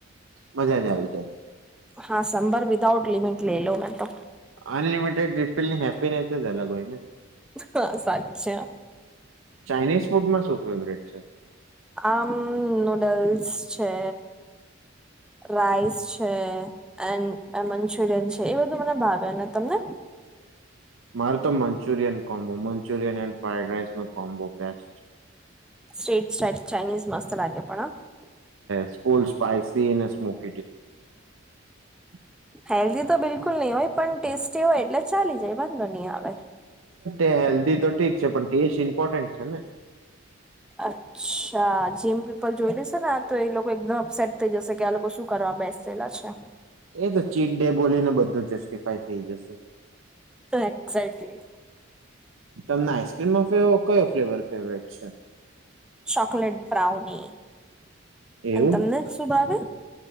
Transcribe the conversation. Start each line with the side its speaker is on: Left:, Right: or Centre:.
Right: મજા જ આવી જાય.
Centre: હા સંંભર વિધાઉટ લિમિટ લઈ લો મે તો.
Right: અનલિમિટેડ રીફીલ ની હેપીનેસ જ અલગ હોય ને
Centre: બસ અચ્છા.
Right: ચાઇનીઝ ફૂડમાં શું ફેવરેટ છે.
Centre: આમ નૂડલ્સ છે રાઈસ છે એન્ મંચુરિયન છે એ બધું મને ભાવે ને તમને.
Right: મારે તો Manchurian combo Manchurian and fried રાઇસનો કોમ્બો બેસ્ટ.
Centre: સ્ટ્રીટ સ્ટાઈટ ચાઇનીઝ મસ્ત લાગે પણ હ.
Right: સ્ ફૂલ સ્પાઈસીને સ્મોક. <unintelligible>
Centre: હેલ્ધી તો બિલકુલ નહી હોય પણ ટેસ્ટી હોય એટલે ચાલી જાય વાંધો નહીં આવે.
Right: અ હેલ્ધી તો ઠીક છે પણ ટેસ્ટ ઇમ્પોર્ટન્ટ છે ને.
Centre: અચ્છા જીમ પીપલ જોઈ દેશે ને આ તો એ લોકો એકદમ અપસેટ થઈ જશે કે આ લોકો શું કરવા બેસેલા છે.
Right: એ તો ચીટ ડે બોલીને બધું. બધું જસ્ટિફાય થઈ જશે.
Centre: એક્ઝેક્ટલી
Right: તમને આઈસ્ક્રીમમાં કયો ફ્લેવર ફેવરેટ છે.
Centre: ચોકલેટ બ્રાઉની અને
Right: એવું
Centre: તમને શું ભાવે.